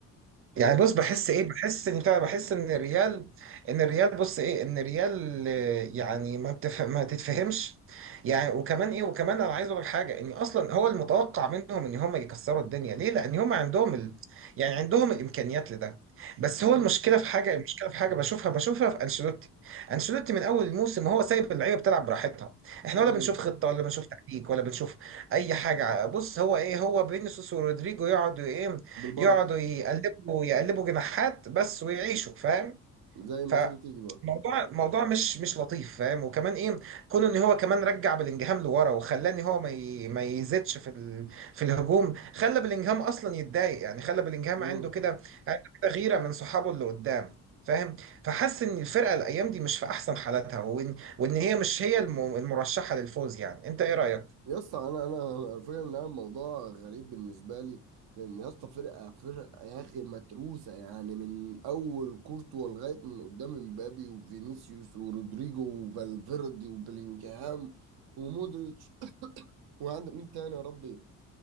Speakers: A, on the right; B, on the right.
A: يعني
B: إيه؟
A: بص بحس ايه بحس ان بتاع- بحس ان الريال ان الريال بص ايه ان الريال آه، يعني ما بتف... ما تتفهمش يعني وكمان ايه وكمان انا عايز اقول لك حاجه ان اصلا هو المتوقع منهم ان هم يكسروا الدنيا ليه لان هم عندهم ال... يعني عندهم الامكانيات لده بس هو
B: مم.
A: المشكله في حاجه المشكله في حاجه بشوفها بشوفها في انشيلوتي انشيلوتي من اول الموسم هو سايب اللعيبه بتلعب براحتها احنا
B: مم.
A: ولا بنشوف خطه ولا بنشوف تكتيك ولا بنشوف اي حاجه بص هو ايه هو فينيسيوس ورودريجو يقعدوا ايه
B: بالبركة
A: يقعدوا يقلبوا يقلبوا جناحات بس ويعيشوا فاهم
B: زي ما
A: فموضوع
B: تيجي تيجي بقى
A: موضوع مش مش لطيف فاهم وكمان ايه كون ان هو كمان رجع بلينجهام لورا وخلاني هو ما ي... ما يزيدش في ال... في الهجوم خلى بلينجهام اصلا يتضايق يعني خلى بلينجهام
B: مم.
A: عنده كده عنده كده غيره من صحابه اللي قدام فاهم فحس ان الفرقه الايام دي مش في احسن حالاتها وان وان هي مش هي الم... المرشحه للفوز يعني انت ايه رايك
B: يا اسطى انا انا الفكره ان انا الموضوع غريب بالنسبه لي لان يا اسطى فرقه فرقه يا اخي متروسه يعني من اول كورتوا لغايه من قدام امبابي وفينيسيوس ورودريجو وفالفيردي وبلينجهام ومودريتش <coughs> وعندك مين تاني يا ربي